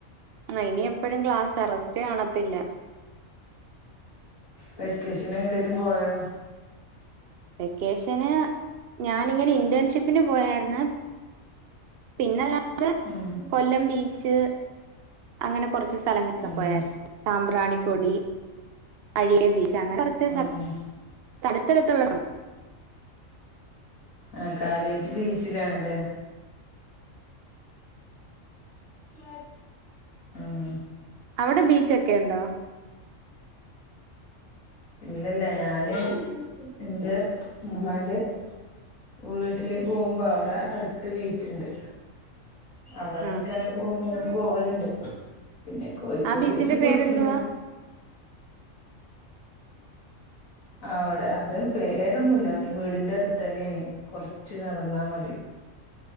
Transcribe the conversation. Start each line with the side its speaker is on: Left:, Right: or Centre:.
Right: ആ ഇനി എപ്പഴും ക്ലാസ് റസ്റ്റ് കാണത്തില്ല
Left: വെക്കേഷന് എങ്ങടെലും പോയോ
Right: വെക്കേഷന് ഞാനിങ്ങനെ ഇന്റൺഷിപ്പിന് പോയാര്ന്ന് പിന്നല്ലാതെ
Left: ഉം
Right: കൊല്ലം ബീച്ച് അങ്ങനെ കുറച്ച് സ്ഥലങ്ങളൊക്കെ
Left: ഉം
Right: പോയരുന്നു സാമ്പ്രാണി പൊടി അഴികെ ബീച്ച് അങ്ങനെ കൊറച്ച്
Left: ഉം
Right: തടുത്തടുത്തുള്ളടം
Left: ആ കാര്യായിട്ട് ബിച്ചിലാണല്ലേ ആ <inaudible>
Right: അവിടെ ബീച്ചൊക്കെ ഉണ്ടോ
Left: ഇല്ലല്ല ഞാന് ന്റെ ഉമ്മാന്റെ വീട്ടില് പോകുമ്പോ അവിടെ അടുത്ത് ബീച്ച്ണ്ട് ആവ്ടെ
Right: ആ
Left: നി നിനൊക്കെ പോകുമ്പോ ഞങ്ങള് പോവല്ണ്ട് പിന്നെ കോഴിക്കോട്
Right: ആ ബീച്ചിന്റെ
Left: ബീച്ചിപോയിട്ട്ണ്ട്
Right: പേരെന്തുവാ
Left: അവിടെ അത് പേരൊന്നുല്ല വീടിന്റെടുത്ത തന്നെണെ കൊറച്ച് നടന്നാ മതി